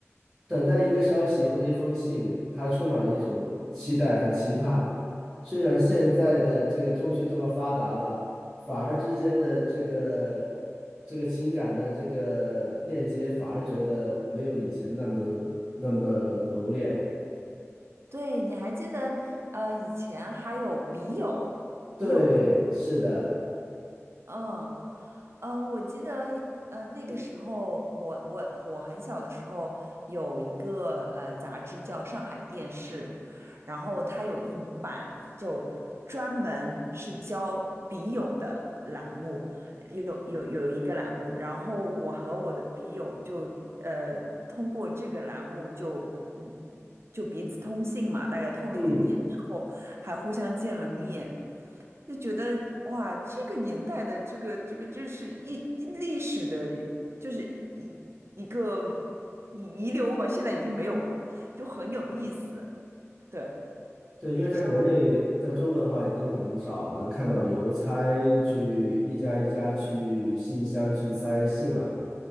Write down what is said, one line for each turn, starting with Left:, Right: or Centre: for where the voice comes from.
Centre: 等待一个消息或者一封信，它充满了一种期待和期盼。虽然现在的这个通讯这么发达了，反而之间的这个这个情感的这个链接，反而觉得没有以前那么那么的浓烈。
Right: 对，你还记得呃，以前还有笔友，
Centre: 对，
Right: 你有笔
Centre: 是的。
Right: 嗯，呃，我记得，呃，那个时候我我我很小的时候有一个呃杂志叫《上海电视》，然后它有一版就专门是教笔友的栏目，有有有一个栏目，然后我和我的笔友就呃通过这个栏目就嗯就彼此通信嘛，大概通了一年之后还互相见了面。
Centre: 嗯，
Right: 就觉得哇，这个年代的这个这个，这是一一历史的，就是一一个遗遗留吧，现在已经没有了，就很有意思。对，
Centre: 对，因为在国内，
Right: 就相当于
Centre: 在中国的话，已经很少能看到邮差去一家一家去信箱去塞信了。